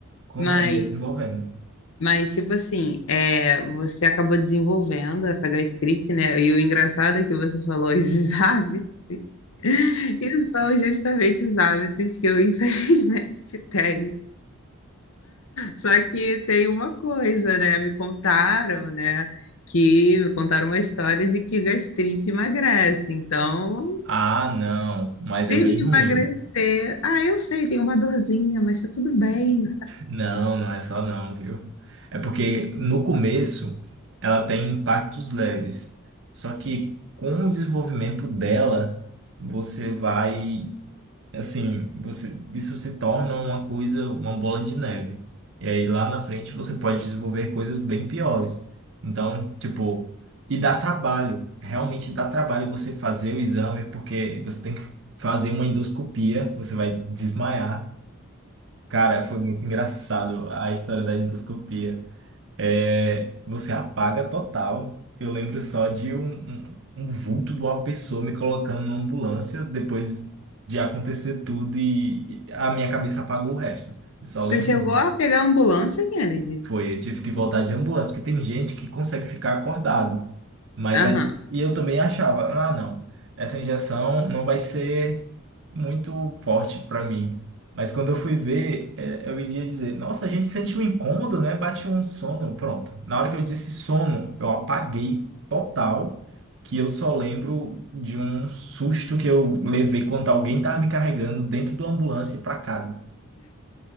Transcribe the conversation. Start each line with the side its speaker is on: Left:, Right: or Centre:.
Right: com-
Left: mas,
Right: eh, desenvolvendo.
Left: mas tipo assim, é, você acabou desenvolvendo essa gastrite, né? E o engraçado é que você falou esses <laughs> hábitos. E são justamente os hábitos que eu, infelizmente, <laughs> tenho. Só que tem uma coisa, né? Me contaram, né? Que me contaram uma história de que gastrite emagrece. Então,
Right: Ah, não, mas
Left: Teve
Right: é bem
Left: que
Right: ruim.
Left: emagrecer. Ah, eu sei, tem uma dorzinha, mas tá tudo bem.
Right: Não, não é só não, viu? É porque no começo ela tem impactos leves. Só que com o desenvolvimento dela, você vai, assim, você isso se torna uma coisa, uma bola de neve. E aí lá na frente você pode desenvolver coisas bem piores. Então, tipo, e dá trabalho, realmente dá trabalho você fazer o exame, porque você tem que fazer uma endoscopia, você vai desmaiar. Cara, foi muito engraçado a história da endoscopia. É, você apaga total. Eu lembro só de um, um, um vulto de uma pessoa me colocando na ambulância depois de acontecer tudo e a minha cabeça apagou o resto. Eu só
Left: Você
Right: lembro
Left: chegou
Right: disso.
Left: a pegar a ambulância, Kennedy?
Right: Foi, eu tive que voltar de ambulância, porque tem gente que consegue ficar acordado. Mas
Left: Aham.
Right: aí, e eu também achava, ah, não, essa injeção não vai ser muito forte para mim. Mas quando eu fui ver, é, eu iria dizer, nossa, a gente sente um incômodo, né? Bate um sono, pronto. Na hora que eu disse sono, eu apaguei total, que eu só lembro de um susto que eu levei quando alguém tava me carregando dentro da ambulância para casa.